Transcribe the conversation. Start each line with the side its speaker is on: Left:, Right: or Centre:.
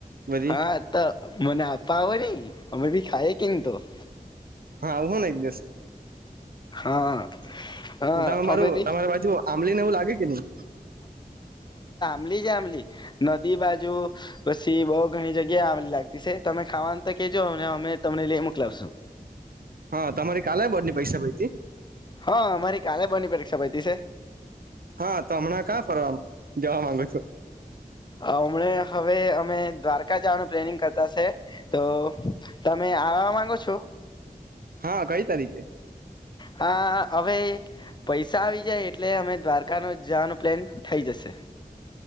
Right: બધી
Left: હા તો મને આપવોની અમે ભી ખયે <unintelligible>
Right: હા આવુંને એક દિવસે
Left: હા હા
Right: ત મારું
Left: અમે બી
Right: તમારી બાજુ આંબલીને એવું લાગે કે ની?
Left: મલી આંબલી નદી બાજુ પછી બોઉ ઘણી જગ્યા આમલી લાગતી છે. તમે ખાવાનું તો કેજો અમે તમને લઈ મોકલાવશું
Right: હા તમારી કાલેય બોર્ડની પરીક્ષા પયતી
Left: હા અમારી કાલે બોર્ડની પરીક્ષા પતી છે
Right: હા તો હમણાં કા ફરવા જવા માંગુ છું
Left: હમણા હવે અમે દ્વારકા જવાનું પ્લેનિંગ કરતા છે તો તમે આવવા માંગો છો
Right: હા કઈ તારીખ <inaudible>
Left: હા હવે પૈસા આવી જાય એટલે અમે દ્વારકાનો જવાનો પ્લાન થઈ જશે